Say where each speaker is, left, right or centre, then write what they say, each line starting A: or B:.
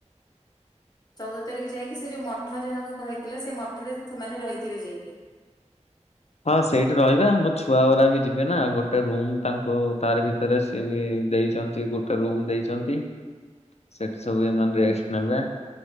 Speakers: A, on the left; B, on the left.
A: ଚଉଦ ତାରିଖ ଯାଇକି ସେ ଯୋଉ ମଠ ଯାହାକୁ କହିଥିଲା, ସେ ମଠରେ ସେମାନେ ରହିଥିବେ ଯାଇକି।
B: ହଁ ସେଇଠି ରହିବା। ମୋ ଛୁଆ ଗୁରା ବି ଯିବେ ନା, ଗୋଟେ ରୁମ୍ ତାଙ୍କ ତାର <unintelligible> ରେ ସେ ବି ଦେଇଛନ୍ତି, ଗୋଟେ ରୁମ ଦେଇଛନ୍ତି।
A: <inaudible>
B: ସେଠି ସବୁ ଏମାନେ ରେଷ୍ଟ ନେବେ,